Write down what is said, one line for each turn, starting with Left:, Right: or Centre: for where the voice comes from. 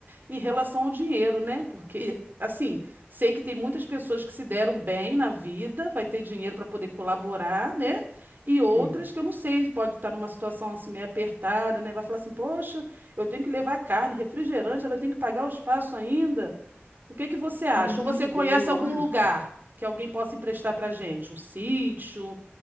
Right: em relação ao dinheiro, né? Porque, assim, sei que tem muitas pessoas que se deram bem na vida, vai ter dinheiro para poder colaborar, né? E outras
Left: sim.
Right: que eu não sei, pode estar numa situação assim meio apertada, né? Vai falar assim: "Poxa, eu tenho que levar carne, refrigerante, ela tem que pagar o espaço ainda". O que que você acha?
Left: Mas, amiga,
Right: Ou você conhece
Left: eu
Right: algum
Left: acho.
Right: lugar que alguém possa emprestar pra gente? Um sítio?